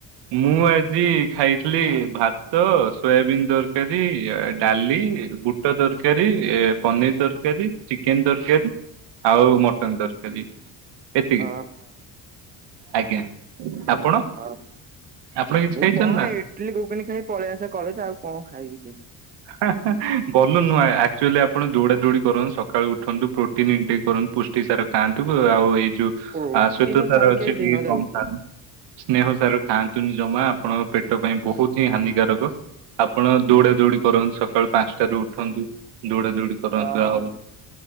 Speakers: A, on the right; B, on the right.
A: ମୁଁ ଆଜି ଖାଇଥିଲି ଭାତ ସୋୟାବିିନ ତରକାରୀ ଆ ଡାଲି ବୁଟ୍ ବୁଟ ତରକାରୀ ଏ ପନିର୍ ତରକାରୀ ଚିକେନ ତରକାରୀ। ଆଉ ମଟନ ତରକାରୀ। ଏତିକି
B: ଓହୋ
A: ଆଜ୍ଞା ଆପଣ?
B: ହଁ
A: ଆପଣ କିଛି
B: ମୁଁ
A: ଖାଇଛନ୍ତି
B: କଣ
A: ନା?
B: ଏ ଇଟଲିି ଘୁଗୁନି ଖାଇ ପଳେଇ ଆସେ କଲେଜ ଆଉ କଣ ଖାଇବି ସେଇ
A: ହା ହା ଭଲ ନୁହଁ ଆ ଆକ୍ଚୁଆଲି ଆପଣ ଦୌଡା ଦୌଡି କରନ୍ତୁ ସକାଳୁ ଉଠନ୍ତୁ ପ୍ରୋଟିନଇଟ ଟିକେ କରନ୍ତୁ ପୁଷ୍ଟ ପୁଷ୍ଟି ସାର ଖାଆନ୍ତୁ ଆଉ ଏଇ ଯୋଉ
B: ପ୍ରୋଟିନ
A: ଆସଇତ ତାର
B: ଖାଇ
A: ଅଛି
B: ଖାଇ ଦିନ
A: ଟିକେ
B: ଯାଉଛି
A: କମ୍ ଖାଆ ସ୍ନେହସାର ଖାଆନ୍ତୁନି ଜମା ଆପଣଙ୍କ ପେଟ ପାଇଁ ବୋହୁତ ହିଁ ହାନିକାରକ। ଆପଣ ଦୌଡା ଦୌଡି କରନ୍ତୁ ସକାଳୁ ପାଶଁଟାରୁ ଉଠନ୍ତୁ ଦୌଡା ଦୌଡି କରନ୍ତୁ
B: ଓହୋ
A: ଆଉ